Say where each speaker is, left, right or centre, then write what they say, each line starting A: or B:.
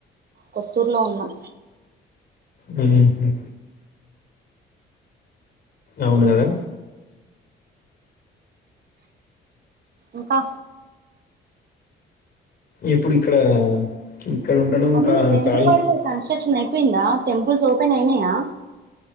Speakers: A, on the right; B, on the left.
A: కొత్తూర్లో ఉన్నాం
B: హ్మ్ హు అవును గదా
A: ఇంకా
B: ఇప్పుడు ఇక్కడ ఇక్కడ ఉండడం
A: అవును
B: కా
A: వేములవాడలో
B: కాల్
A: కన్స్ట్రక్షన్ అయిపోయిందా టెంపుల్స్ ఓపెన్ అయినాయా